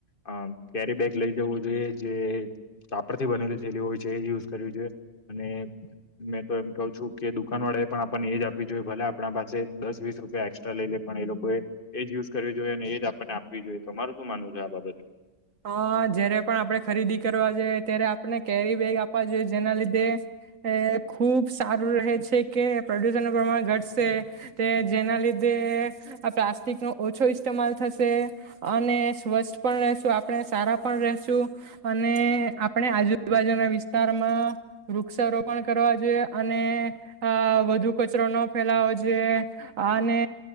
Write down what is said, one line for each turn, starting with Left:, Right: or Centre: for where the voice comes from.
Left: અ કેરી બેગ લઈ જવું જોઈએ જે કાપડ થી બનેલી થયેલી હોય છે એ જ યુઝ કરવી જોઈએ અને મેં તો એમ કહ છું કે દુકાન વાળા એ પણ આપણને એજ આપવી જોઈએ ભલે આપણા પાસે દસ વીસ રૂપિયા એસ્ટ્રા લઈ લે પણ એ લોકોએ એ જ યુઝ કરવી જોઈએ અને એજ આપણને આપવી જોઈએ તો તમાર શું માનવું છે આ બાબતે
Right: અ જ્યારે પણ આપણે ખરીદી કરવા જોઈએ ત્યારે આપણે કેરી બેગ આપવા જોઈએ જેના લીધે ખુબ સારું રહે છે કે પ્રદુષણ ન પ્રમાણ ઘટશે તે જેના લીધે આ પ્લાસ્ટિક નો ઓછો ઇસ્તેમાલ થશે અને સ્વચ્છ પણ રહેશું આપણે સારા પણ રશું અને આપણે આજુબાજુના વિસ્તારમાં વૃક્ષક્ષારોપણ કરવા જોઈએ અને વધુ કચરો ન ફેલાવો જોઈએ અને